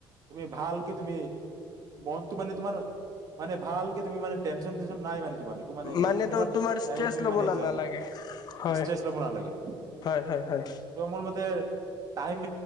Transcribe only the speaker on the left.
মানে
ত তোমাৰ
ষ্ট্ৰেচ
লব
ন
নালাগে।
হয়
হয় হয় হয়